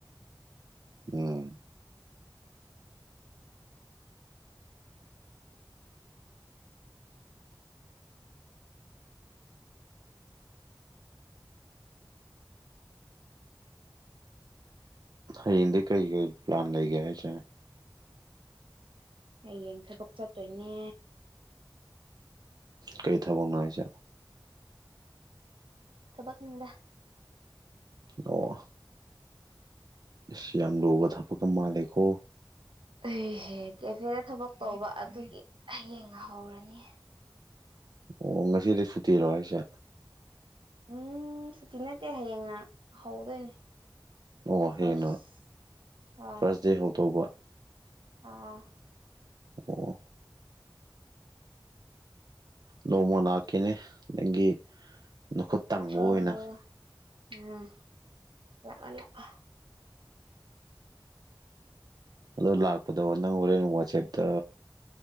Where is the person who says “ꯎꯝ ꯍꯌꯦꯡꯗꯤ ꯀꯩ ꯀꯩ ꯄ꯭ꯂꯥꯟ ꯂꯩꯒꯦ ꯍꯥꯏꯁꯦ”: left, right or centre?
Right